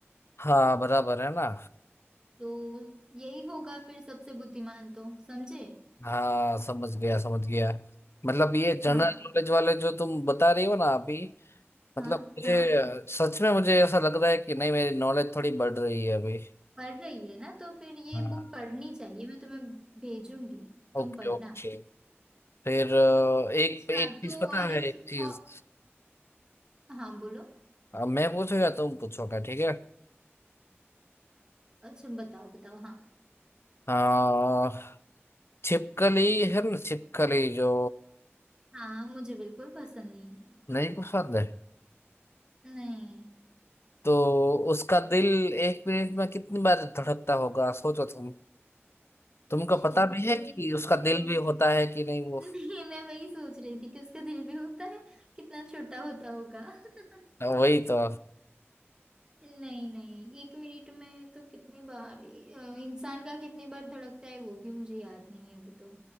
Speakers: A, on the left; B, on the right.
A: हाँ बराबर है ना
B: तो यही होगा फिर सबसे बुद्धिमान तो समझे
A: हाँ समझ गया समझ गया मतलब ये जनरल
B: हाँ
A: नॉलेज वाले जो तुम बता रही हो ना अभी मतलब
B: हाँ
A: मुझे
B: हाँ
A: सच में मुझे ऐसा लग रहा है कि नहीं मेरी नॉलेज थोड़ी बढ़ रही है अभी
B: पढ़ रही है ना तो फिर ये
A: हाँ
B: बुक पढ़नी चाहिए मैं तुम्हें भेजूंगी तुम
A: Okay
B: पढ़ना
A: okay फिर अ, एक
B: अच्छा
A: एक चीज
B: तो
A: पता
B: और
A: है
B: एक
A: एक चीज
B: अ, हाँ बोलो
A: अ, मैं पूछो या तुम पूछोगे ठीक है
B: अच्छा बताओ बताओ हाँ
A: अ, छिपकली है ना छिपकली जो
B: हाँ मुझे बिल्कुल पसंद नहीं
A: नहीं पसंद है
B: है नहीं
A: तो उसका दिल एक मिनट में कितनी बार धड़कता होगा सोचो तुम तुमको
B: छिपकली
A: पता भी है कि
B: तो
A: उसका दिल भी होता है कि नहीं वो
B: नहीं मैं वही सोच रही थी कि उसका दिल भी होता है कितना छोटा होता होगा <laughs>
A: वही तो
B: नहीं नहीं एक मिनट में तो कितनी बार अ, इंसान का कितनी बार धड़कता है वो भी मुझे याद नहीं है अभी तो